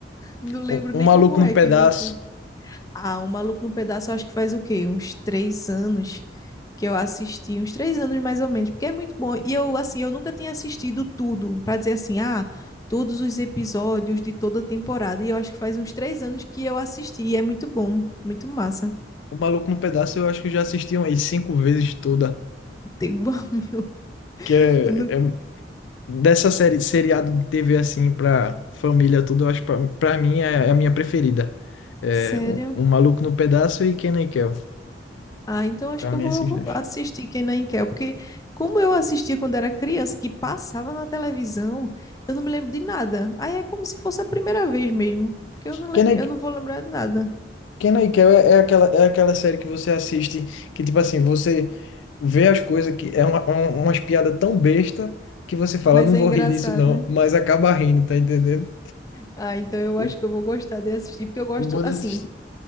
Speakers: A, on the left; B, on the left.
A: Não lembro
B: O,
A: nem
B: o Maluco
A: como é,
B: no Pedaço.
A: quem nem quer. Ah, o maluco no pedaço, eu acho que faz o quê? Uns três anos que eu assisti, uns três anos mais ou menos, porque é muito bom. E eu, assim, eu nunca tinha assistido tudo, para dizer assim, ah, todos os episódios de toda a temporada. E eu acho que faz uns três anos que eu assisti, e é muito bom, muito massa.
B: O Maluco no Pedaço eu acho que eu já assisti umas cinco vezes toda.
A: Tem um <laughs> meu
B: Que é,
A: Eu não-
B: é Dessa série, seriado de TV assim pra família tudo, eu acho pra, pra mim é, é a minha preferida. É,
A: Sério?
B: um, Um Maluco no Pedaço e Kenan e Kel.
A: Ah, então acho
B: Pra
A: que
B: mim,
A: eu vou
B: é esses
A: vou
B: dois.
A: assistir Kenan e Kel, porque como eu assistia quando era criança, que passava na televisão, eu não me lembro de nada. Aí é como se fosse a primeira vez mesmo, porque eu não lembro,
B: Kenan
A: eu
B: e
A: não vou lembrar de nada.
B: Kenan e Kel é, é aquela, é aquela série que você assiste que, tipo assim, você vê as coisas que é uma, um- umas piadas tão besta que você fala,
A: Mas
B: não
A: é
B: vou
A: engraçado,
B: rir disso não,
A: né?
B: mas acaba rindo, tá entendendo?
A: Ah, então eu
B: O,
A: acho que eu vou gostar de assistir, porque eu gosto
B: o bom dessa...
A: assim.